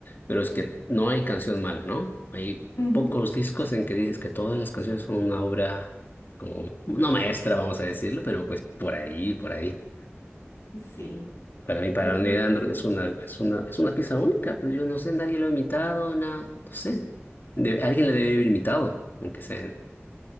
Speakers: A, on the left; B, on the left.
A: pero es que no hay canción mala, ¿no? Hay
B: ujú,
A: pocos discos en que dices que todas las canciones son una obra como, no maestra, vamos a decirlo, pero pues por ahí, por ahí.
B: Sí,
A: Para mí, para
B: yo creo
A: Neil
B: que
A: Andrew
B: sí.
A: es una, es una, es una pieza única, pues yo no sé, nadie lo ha imitado, na- no sé. De- alguien le debe haber imitado, aunque sea.